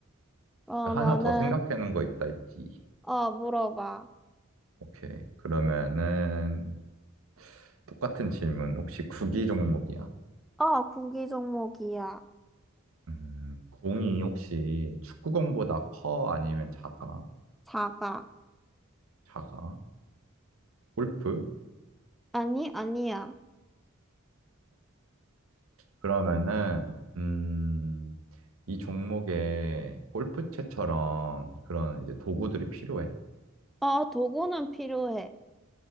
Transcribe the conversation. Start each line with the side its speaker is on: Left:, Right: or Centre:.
Centre: 그러면은,
Right: 하나 더 생각해놓은 거 있다 했지.
Centre: 어, 물어봐.
Right: 오케이. 그러면은, 똑같은 질문. 혹시 구기 종목이야?
Centre: 아, 국기 종목이야.
Right: 음, 공이 혹시 축구공보다 커? 아니면 작아?
Centre: 사과.
Right: 작아? 골프?
Centre: 아니, 아니야.
Right: 그러면은, 음, 이 종목에 골프채처럼 그런 이제 도구들이 필요해?
Centre: 아, 도구는 필요해.